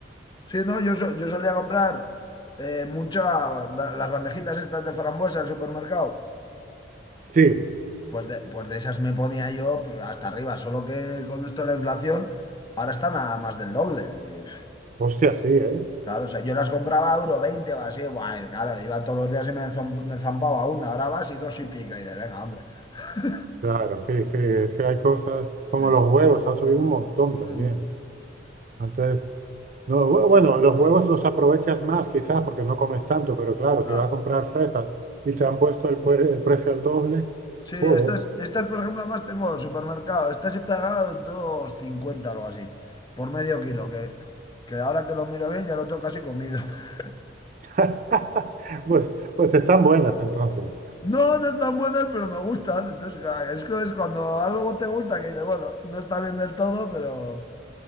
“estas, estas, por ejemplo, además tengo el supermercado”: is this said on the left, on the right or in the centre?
Left